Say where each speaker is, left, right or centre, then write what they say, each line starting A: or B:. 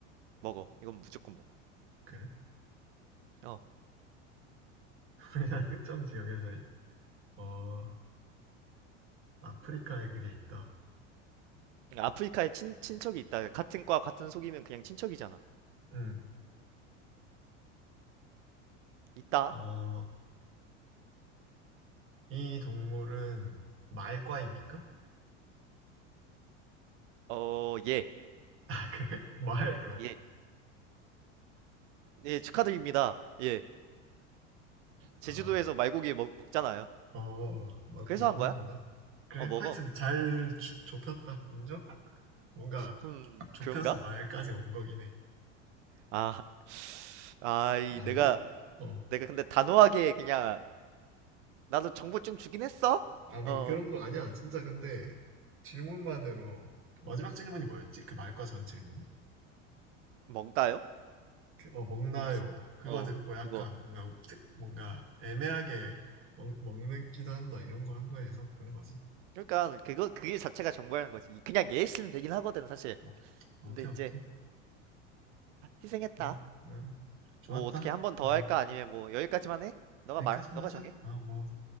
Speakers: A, on the right (about 75°); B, on the right (about 35°).
A: 먹어. 이건 무조건 먹어.
B: 그래?
A: 어.
B: <laughs> 우리나라 특정 지역에서 이- 어, 아프리카에 그게 있다.
A: 그러니까 아프리카에 친, 친척이 있다. 같은 과, 같은 속이면 그냥 친척이잖아.
B: 음.
A: 있다?
B: 어, 이 동물은 말과입니까? <laughs>
A: 어, 예.
B: 아, 그래? 말, 그럼.
A: 예. 예, 축하드립니다. 예. 제주도에서
B: 아,
A: 말고기 먹, 먹잖아요.
B: 어, 막
A: 그래서
B: 먹는구나.
A: 한 거야?
B: 그래,
A: 어, 먹어.
B: 하여튼 잘 주- 좁혔다. 인정? 뭔가
A: 흠,
B: 좁혀서
A: 그런가?
B: 말까지 온 거긴 해.
A: 아, 아, 이,
B: 아니야?
A: 내가,
B: 어.
A: 내가 근데 단호하게 그냥 나도 정보 좀 주긴 했어.
B: 아니,
A: 어,
B: 그런 거 아니야. 진짜 근데 질문만으로 마지막 질문이 뭐였지? 그 말과 전 질문?
A: 뭔가요?
B: 그, 어, 먹나요?
A: 음식,
B: 그거
A: 어,
B: 듣고 약간
A: 그거.
B: 뭔가 특, 뭔가 애매하게 먹, 먹는 기도 한다. 이런 거 한 거에서 그런 거지.
A: 그러니까 그거 그게 자체가 정보라는 거지. 그냥 얘 있으면 되긴 하거든 사실.
B: 어, 어. 오케이,
A: 근데 이제
B: 오케이.
A: 희생했다.
B: 네. 어, 좋았다.
A: 뭐 어떻게 한 번 더
B: 어, 뭐,
A: 할까? 아니면 뭐 여기까지만 해? 너가
B: 여기까지만
A: 말, 너가
B: 하자.
A: 정해.
B: 어, 뭐.